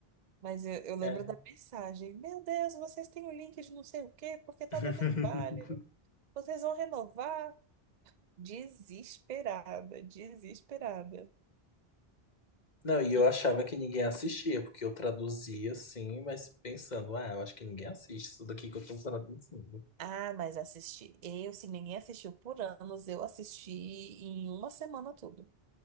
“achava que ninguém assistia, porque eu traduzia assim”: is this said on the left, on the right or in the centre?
Left